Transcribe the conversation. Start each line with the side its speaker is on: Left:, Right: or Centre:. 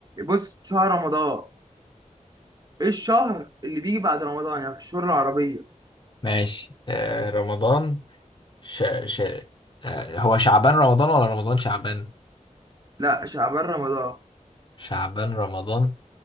Right: بص شهر رمضان ايه الشهر اللي بيجي بعد رمضان يعني في الشهور العربيه
Left: ماشي آه رمضان ش... ش... آه هو شعبان رمضان ولا رمضان شعبان
Right: لا شعبان رمضان
Left: شعبان رمضان